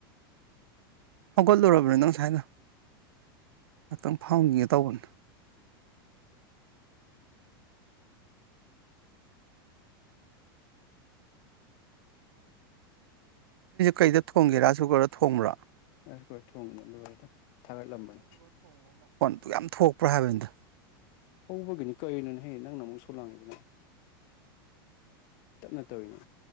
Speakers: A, on the right; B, on the left.
A: ꯍꯧꯒꯠꯂꯨꯔꯕꯅꯤ ꯅꯪ ꯁꯁꯥꯏꯅ ꯉꯥꯛꯇꯪ ꯐꯪꯈꯤꯒꯦ ꯇꯧꯕꯅꯤ ꯀꯩꯗ ꯊꯣꯡꯒꯦꯁꯨꯒꯔ ꯊꯣꯡꯕ꯭ꯔꯥ
B: ꯑꯈꯣꯏ ꯊꯣꯡꯉꯦꯅ ꯂꯣꯏꯔꯦꯗ ꯊꯥꯒꯠꯂꯝꯕꯅꯤ
A: ꯑꯗꯨ ꯌꯥꯝ ꯊꯣꯛ ꯄꯍꯥꯕꯤꯦꯟꯗ꯭ꯔ
B: ꯑꯣꯕꯒꯅꯤ ꯀꯅ ꯍꯦ ꯅꯪꯅ ꯃꯨꯁꯣꯔ ꯂꯥꯡ ꯑꯗꯨꯅ ꯇꯞꯅ ꯇꯧꯅꯤ